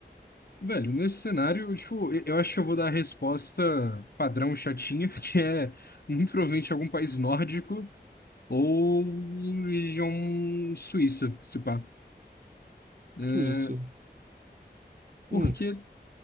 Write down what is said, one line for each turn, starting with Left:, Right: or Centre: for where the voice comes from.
Left: Velho, nesse cenário, eu, tipo, eu eu acho que eu vou dar a resposta padrão chatinha, <laughs> que é muito provavelmente algum país nórdico ou região suíça, se pá. É,
Right: Tudo isso
Left: porque
Right: Hum,